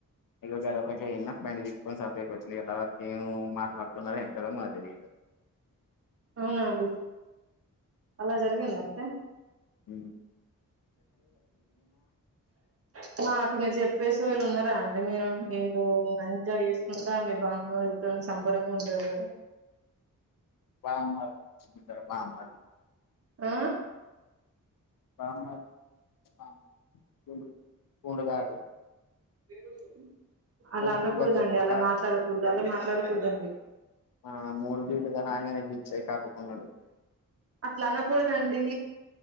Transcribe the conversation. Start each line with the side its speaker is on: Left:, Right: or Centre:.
Left: ఇంక గదొక్కటే ఇన్న పైన పీక్కొని సప్పుడేక వచ్చిన తర్వాత ఏం మాట్లాడుతున్నారో ఏం కదో మాకు తెలీదు
Right: అవునా అండి అలా జరిగింద టన్
Left: ఉ
Right: కు మాకు మీరు చెప్తే చెప్పేసి వాళ్ళు ఉన్నారా అంటే మీరు మీరు ఎంజాయ్ చేసుకుంటా మీ బామ్మతో సంబరంగా ఉంటరు కదా
Left: బామ్మ <unintelligible> బామ్మ
Right: ఆ
Left: రామ <unintelligible> కూడుగారు
Right: <unintelligible> అలా అనకూడద
Left: బీర్లకే
Right: అండి
Left: ఒక
Right: అలా మాట్లాడకూడదు అలా మాట్లాడకూడదండి
Left: ఆ మూడు బీర్లు తాగంగనే డిచ్చై కక్కుకున్నాడు
Right: అట్లా అనకూడదండి